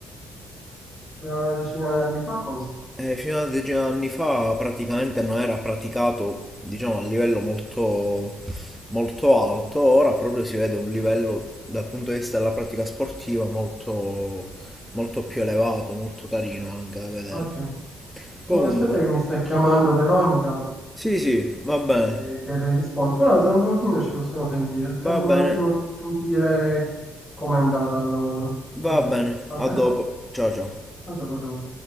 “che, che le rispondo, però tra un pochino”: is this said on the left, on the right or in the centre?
Left